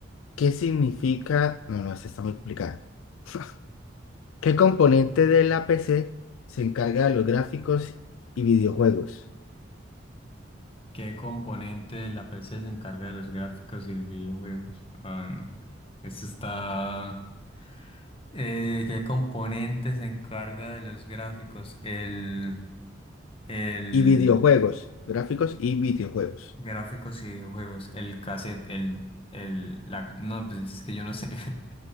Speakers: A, on the left; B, on the left.
A: ¿qué significa? No, no, esta está muy complicada. <laughs> ¿Qué componente de la PC se encarga de los gráficos y videojuegos?
B: ¿Qué componente de la PC se encarga de los gráficos y el videojuegos? Ah, no. Eso está... Eh, ¿qué componente se encarga de los gráficos? El, el
A: Y videojuegos, gráficos y videojuegos.
B: gráficos y videojuegos, el cassette, el, el, la, no, pues es que yo no sé. <laughs>